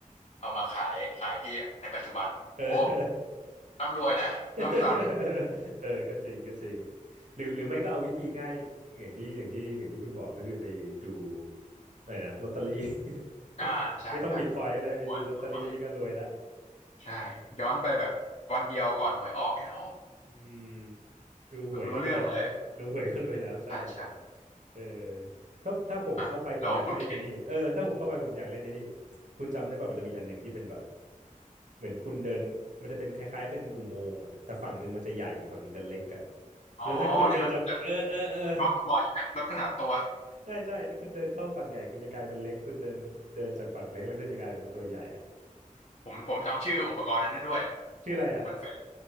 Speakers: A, on the left; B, on the right.
A: เอามาขายขายที่ในปัจจุบันโอ้
B: เออ
A: ร่ำรวยนะร่ำซ้
B: <laughs> เออก็จริงก็จริงหรือหรือไม่ก็เอาวิธีง่ายอย่างที่อย่างที่อย่างที่คุณบอกก็คือไปดูอะไรนะลอตเตอรี่
A: ำอ่าใช่ใช่
B: <laughs> ไม่ต้องบิตคอยก็ได้ไปดูลอตเตอรี่นี่ก็รวยละ
A: รวยรวยใช่ย้อนไปแบบวันเดียวก่อนหวยออกเนี่ยโอ้
B: อืมดูหวยก็รวยแล้วดูหวยก็รวยแล้วใช่
A: รู้รู้เรื่องเลยใช่ใช่
B: เออถ้าถ้าผมเข้าไปผมอยากเล่นในนี่เออถ้าผมเข้าไปผมอยากเล่นในนี่
A: อ่ะแล้วคุณเคน
B: คุณจำได้ป่ะมันจะมีอันหนึ่งที่เป็นแบบเหมือนคุณเดินมันจะเป็นคล้ายๆเป็นอุโมงค์อ่ะแต่ฝั่งหนึ่งมันจะใหญ่อีกฝั่งหนึ่งมันจะเล็กอ่ะ
A: อ๋อที่มันจะล
B: แล้วถ้าคุณเดินจากเออเออเออ
A: ดตัวใช่ไหมลดขนาดตัว
B: ใช่ใช่แล้วคุณเดินเข้าฝั่งใหญ่คุณจะกลายเป็นเล็กคุณเดินเดินจากฝั่งเล็กแล้วคุณจะกลายเป็นตัวใหญ่อ่ะ
A: ผมผมจำชื่ออุปกรณ์นั้นได้ด้วยผมผมมันเฟซ
B: ชื่ออะไรอ่ะ